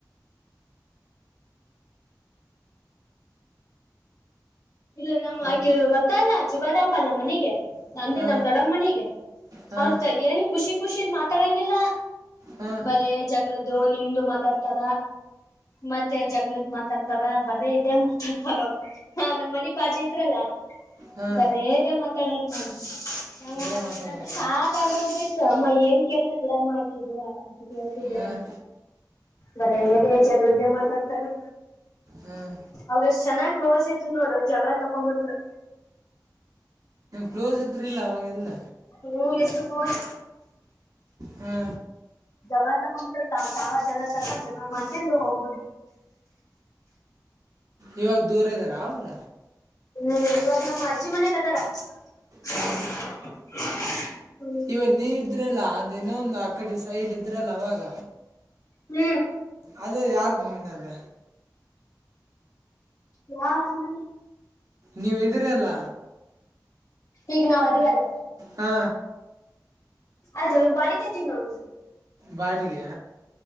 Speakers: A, on the left; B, on the right.
A: ಇಲ್ಲ ನಮ್ಮ್
B: ಮತ್ತು
A: ಆಕೆ ಬರ್ತಾಲ್ಲ ಜುಬದಪ್ಪಾ ನಮ್ಮ್ ಮನಿಗೆ ಅಂದ್ರೆ
B: ಹಾಂ
A: ನಮ್ ದೊಡ್ಡಮ್ಮ ಮನಿಗೆ
B: ಹಾಂ
A: ಅವ್ರ ಏನ್ ಖುಷಿ ಖುಷಿದ್ ಮಾತಾಡಂಗಿಲ್ಲ
B: ಹಾಂ
A: ಬರೇ ಜಗಳದ್ದು ನಿಮ್ದು ಮಾತಾಡ್ತಾರ ಮತ್ತೆ ಜಗ್ಗಳದ ಮಾತಾಡ್ತಾರ ಬರ ಇದೆ ಹ ಹಾ ನಮ್ಮ ಮನಿ ಪಾಜಿ ಇದ್ರಲ್ಲ
B: ಹಾಂ
A: ಬರೇದ ಮಾತಾಡೋ ಮಾಡಿ. ಹ
B: ಇದೇ ಮಾತಾಡ್ಯಾರ
A: ನಂತ ಸಾಕಾಗೋಗ್ಬಿಟ್ಟಿತ್ತು ಅಮ್ಮ ಏನ್ ಕೇಳ್ಸ್ ಗಡಮ್ಮ ಹಾಕಿದ. ಹೇಳ್ತಿದ್ದೇನೆ
B: ಹಾಂ
A: ಬರ ಹೇಗೆ ಜಾಗ ವದೆ ಮಾತಾಡ್ತಾರೆ.
B: ಹಾಂ
A: ಅವಷ್ಟ್ ಚೆನ್ನಾಗ್ ಕ್ಲೋಸ್ ಇದರು ನೋಡು ಜಗಳ ತಕೊಬಿಟ್ರಿ.
B: ಕ್ಲೋಸ್ ಇದ್ರಿಲ್ಲ ಅವಾಗೆಲ್ಲ.
A: ಹ್ಮ್ ಎಷ್ಟ ಫೋನ್
B: ಹ್ಮ
A: ಜ ತಕೊ್ಬಿಟ್ರ ತ ತಾವ ಜ ತಕೊಂಡ ಜ ಮ್ತನ್ ಹೋಗ್ಬಿ.
B: ಇವಾಗ ದೂರ ಇದ್ದಾರ ಅವ್ರ.
A: ಹ್ಮ್ಲ್ ಮಾಡ. ಮನೆಗದರ ಹ.
B: ಹಾಂ ಇವಾಗ ನೀವು ಇದ್ರಲ್ಲ ಅದೇನೊ ಒಂದು ಆಕಡೆ ಸೈಡ್ ಇದ್ರಲ್ಲ ಅವಾಗ
A: ಹ್ಮ್.
B: ಅದ ಯಾರ್ದನ ಅಲ್ಲ.
A: ಯಾ ಅಂದಿ.
B: ನೀವು ಇದ್ದೀರಿ ಅಲ್ಲ.
A: ಈಗ ನಾವು ಇದೀವಿ ಅಲ್ಲ
B: ಹಾ.
A: ಅದು ಬಾಡ ಕತೀವಿ ನಾವು.
B: ಬಾಡಿಗೆ.